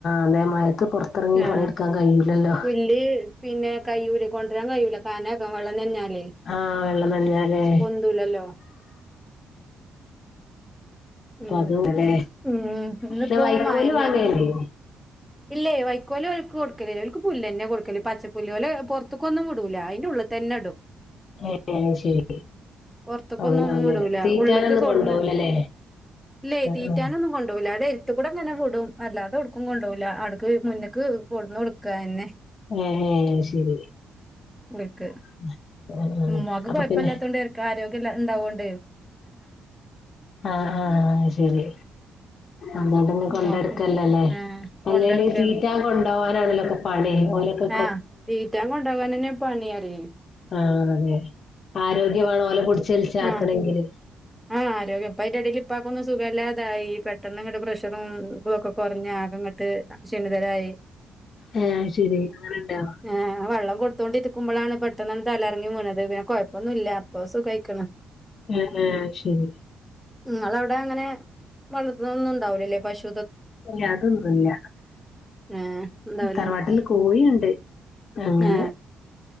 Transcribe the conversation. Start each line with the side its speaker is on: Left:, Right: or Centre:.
Left: അതെ മയത്ത് പൊറത്തെറങ്ങി
Centre: ആഹ്
Left: പണിയെടുക്കാൻ കയില്ലല്ലോ
Centre: പുല്ല് പിന്നെ കയ്യൂലെ കൊണ്ടരാൻ കയ്യൂല കാനക്കെ വെള്ളഞഞ്ഞാലേ
Left: ആഹ് വെള്ളം നനഞ്ഞാലേ
Centre: പൊന്തുലല്ലോ <inaudible> ഉം
Left: അപ്പൊ അതുംല്ലേ
Centre: ഉം ന്ന്
Left: പിന്നെ
Centre: പ്പോ
Left: വൈക്കോല്
Centre: മയന്നെയ
Left: വാങ്ങേണ്ടേ
Centre: പ ഇല്ലേ വൈക്കോല് ഒക്ക് കൊടുക്കലില്ല അവക്ക് പുല്ല്ന്ന്യയ കൊടുക്കല് പച്ചപ്പുല്ല് പോലെ പൊറത്തക്കൊന്നും വിടു ല്ല അയിന്റെ ഉള്ളിതന്നെടും
Left: ഏഹ് അത് ശരി
Centre: പോറത്തൊക്കൊന്നും
Left: അങ്ങനാവുല്ലേ
Centre: ഒന്നും വിടൂല
Left: തീറ്റാനൊന്നും
Centre: ഉള്ള്ക്ക് കൊടുന്ന്
Left: കൊണ്ടോവൂലല്ലേ
Centre: ഇല്ലേയ്
Left: ആഹ്
Centre: തീറ്റാനൊന്നും കൊണ്ടു പോവില്ല അവടെര് - ത്തു കൂടെങ്ങനെ വിടും അല്ലാതെവ്ടുക്കും കൊണ്ടൊകൂല അവ്ട്ക്ക് മുന്ന്ക്ക് കൊടന്ന് കൊടുക്ക അഎന്നെ
Left: ഏ ഏ ശരി
Centre: മിക്ക്
Left: <inaudible> ആഹ്
Centre: മഖ
Left: അപ്പൊ
Centre: കുഴപ്പമാത്തോണ്ട്
Left: പിന്നെ
Centre: കേക്കും ആരോഗ്യംല്ലാം ഉണ്ടാവണ്ട്
Left: ആഹ് ആഹ് ആ ശരി അതോണ്ടന്നെ
Centre: ഉമ്മാക്കും
Left: കൊണ്ടെടുക്കല്ലല്ലേ
Centre: ആ കൊണ്ടടക്കാണ്
Left: അല്ലേലേ തിറ്റാൻ കൊണ്ടോവാനാണല്ലോപ്പ പണി ഓലക്കെ
Centre: ആഹ് തീറ്റാൻ കൊണ്ട പോകൻന്നെ പണിയ പറിയി
Left: ആഹ് അതെ ആരോഗ്യവേണം ഓലെ പിടിച്ചുവലിച്ച് ആക്കണെങ്കില്
Centre: ആ ആ ആരോഗ്യം ഇപ്പ അതിന്റെ ഇടൽ ഇപ്പാക്കൊന്നും സുഖംമല്ലാതായി പെട്ടെന്ന് ഇങ്ങട്ട പ്രഷറും ഇതൊക്കെ കുറഞ്ഞ് ആകെ അങ്ങട്ട് ശീണതരായി
Left: ഏഹ് അത് ശെരി അങ്ങനെണ്ടോ
Centre: ആ വെള്ളം കൊടുത്തുകോണ്ടിരിക്കുമ്പോഴാണ് പെട്ടെന്ന്ന്ന തലറങ്ങി മീണത് പിന്നെ കൊഴപ്പൊന്നുല്ല ഇപ്പൊ സുഖയിക്കണ്
Left: ആഹ് ആഹ് ശരി
Centre: നിങ്ങളാ അവിടെ അങ്ങനെ വളർത്തുന്ന ഒന്നും ഉണ്ടാവലല്ലേ പശു
Left: ഇ ല്ല അതൊന്നുല്ല
Centre: ഏ ഉണ്ടാവൂല
Left: തറവാട്ടിൽ കോയിയുണ്ട് അങ്ങനെ
Centre: ഏ